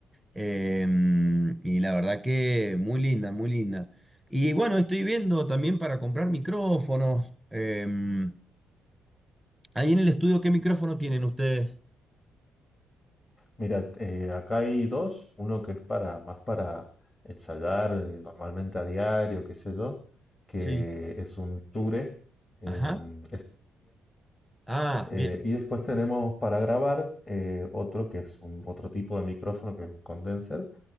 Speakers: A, in the centre; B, on the left (about 30°).
A: Em, y la verdad que muy linda, muy linda. Y bueno, estoy viendo también para comprar micrófonos. Em, ahí en el estudio, ¿qué micrófono tienen ustedes?
B: Mira, eh, acá hay dos, uno que es para más para ensayar eh, normalmente a diario, qué sé yo, que
A: Sí.
B: es un Shure eh,
A: Ajá. Ah,
B: Eh,
A: bien.
B: y después tenemos para grabar eh, otro que es un, otro tipo de micrófono que es un condenser